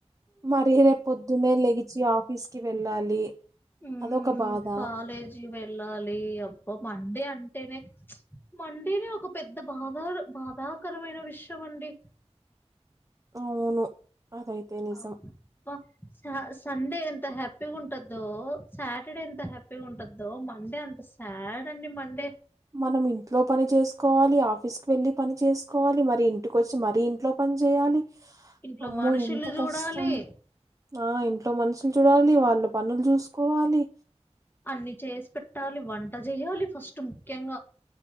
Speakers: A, on the right (about 30°); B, on the left (about 20°).
A: మరీ రేపు పొద్దున్న లేెగిచి ఆ ఆఫీస్కి వెళ్ళాలి
B: హ్మ్
A: అదొక బాధ
B: కాలేజీకి వెళ్ళాలి అబ్బ మండే అంట అంటేనే మండీనే ఒక పెద్ద బాధ బాధాకరమైన విషయం అండి
A: అవును అదైతే నిజం
B: అబ్బా శాస్ సండే ఎంత హ్యాపీగా ఉంటుందో సాటర్డే ఎంత హ్యాపీగా ఉంటందో మండే అంత సాడ్ మన్
A: మనమి ఇంట్లో పని చేసుకోవాలి ఆఫీస్కి వెళ్లి పని చేసుకోవాలి మరి ఇంటికి వచ్చి మర ఇంట్లో పని చేయాలి
B: ఇంట్లో
A: అమ్మో
B: మనుషుల్లు
A: ఎంత
B: చూడాలి
A: కష్టం ఆ ఇంట్లో మనుషులు చూడాలి వాళ్ళ పనులు చూసుకోవాలి
B: అన్ని చేసి పెట్టాలి వంట చెయ్యాలి ఫస్ట్ ముఖ్యంగా